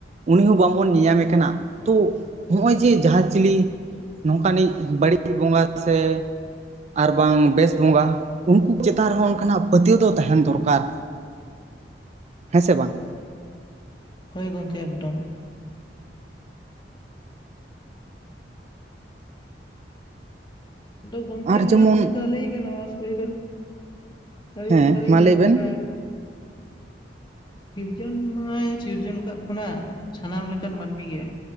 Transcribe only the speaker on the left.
ᱦᱳᱭ ᱜᱚᱢᱠᱮ ᱮᱠᱫᱚᱢ᱾ ᱟᱫᱚ ᱜᱚᱝᱠᱮ
ᱦᱟᱸᱜ
ᱱᱚᱝᱠᱟ ᱞᱟᱹᱭ ᱜᱟᱱᱚᱜ-ᱟ <unintelligible> ᱫᱚ ᱥᱟᱹᱨᱤ
ᱫᱚ ᱥᱟᱹᱨᱤ
ᱜᱮ
ᱱᱚᱝᱠᱟ
ᱥᱤᱨᱡᱚᱱ ᱢᱟᱭ ᱥᱤᱨᱡᱚᱱ ᱠᱟᱜ ᱵᱚᱱᱟ, ᱥᱟᱱᱟᱢ ᱞᱮᱠᱟᱱ ᱢᱟᱹᱱᱢᱤ ᱜᱮ